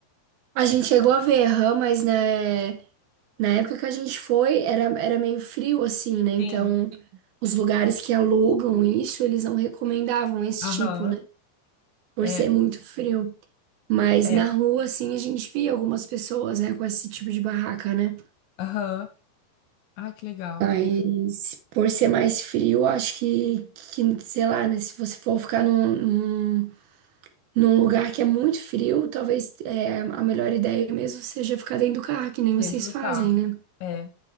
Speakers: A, on the right (about 75°); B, on the left (about 75°).
A: a gente chegou a ver, aham, mas né. Na época que a gente foi, era, era meio frio assim, né? Então,
B: Sim.
A: os lugares que alugam isso, eles não recomendavam esse
B: Aham.
A: tipo, né? Por
B: É,
A: ser muito frio. Mas
B: é.
A: na rua, assim, a gente via algumas pessoas, né, com esse tipo de barraca, né?
B: Aham. Ai, que legal.
A: Mas por ser mais frio, acho que, que sei lá, né? Se você for ficar num, num, num lugar que é muito frio, talvez é, a melhor ideia mesmo seja ficar dentro do carro, que nem vocês
B: Dentro do
A: fazem,
B: carro.
A: né?
B: É.